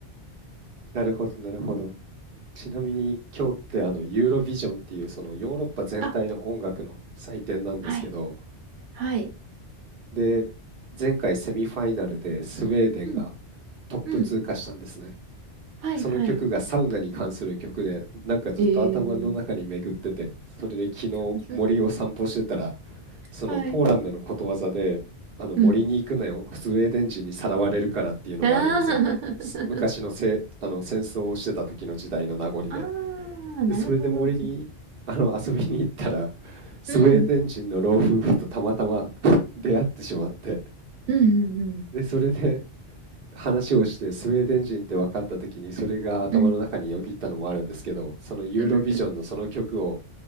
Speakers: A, on the right; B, on the right.
A: なるほど、なるほど。ちなみに今日ってあのユーロビジョンっていうそのヨーロッパ全体の音楽の祭典なんですけど、
B: あ、はい、はい、
A: で、前回セミファイナルでスウェーデンが
B: うん、
A: トップ通過したんですね。
B: うん、はい、
A: その曲がサウナに関する曲で、
B: はい。
A: なんかずっと頭の中に巡ってて、
B: えー、
A: それで昨日森を散歩してたら、
B: <laughs>
A: そのポーランドのことわざで、
B: はい、
A: あの森に行くなよ、
B: うん。
A: スウェーデン人にさらわれるからっていうのがあるんですよ。
B: あー
A: す昔のせ、あの戦争をしてた時の時代の名残で。
B: <laughs> あー、
A: で、
B: なるほど。
A: それで森にあの遊びに行ったら、スウェーデン人の老夫婦とたまたま
B: うん。
A: <laughs> 出会ってしまって、
B: うんうんうん。
A: で、それで話をしてスウェーデン人って分かった時にそれが頭の中によぎったのもあるんですけど、
B: うん。
A: そのユーロビジョンのその曲を
B: <laughs>